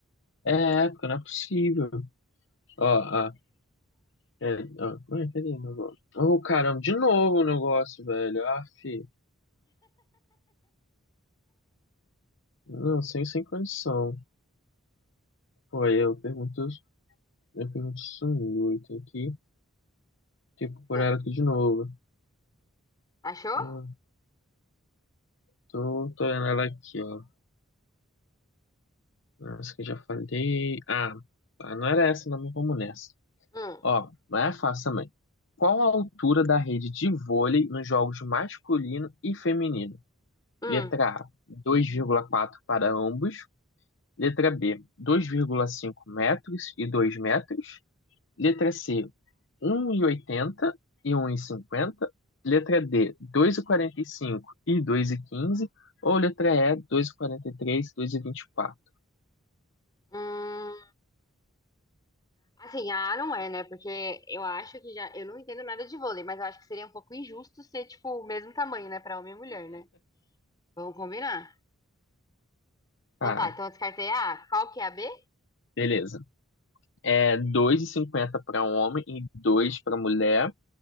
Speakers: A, on the left; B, on the left.
A: É, é, porque não é possível. Ó, ó. É, ó, ué, cadê o negócio? Oh, caramba, de novo o negócio, velho. Ah, fi. Não, sem, sem condição. Foi, eu pergunto, eu pergunto isso muito aqui. Tipo, por
B: Hum,
A: ela aqui de novo.
B: achou?
A: Ah, tô, tô olhando ela aqui, ó. Essa que eu já falei. Ah, tá, não era essa, não, mas vamos nessa.
B: Hum,
A: Ó, mas é fácil também. Qual a altura da rede de vôlei nos jogos masculino e feminino?
B: hum,
A: Letra A, 2,4 para ambos. Letra B, 2,5 metros e 2 metros. Letra C, um e oitenta e e um e cinquenta Letra D, dois e quarenta e e e cinco dois e quinze Ou letra E, dois e quarenta e e e três dois e vinte e quatro
B: hum. Assim, ah, não é, né? Porque eu acho que já. Eu não entendo nada de vôlei, mas eu acho que seria um pouco injusto ser, tipo, o mesmo tamanho, né? Pra homem e mulher, né? Vamos combinar. Então
A: Ah,
B: tá, então eu descartei a A. Qual que é a B?
A: beleza. É dois e cinquenta para homem e 2 para mulher.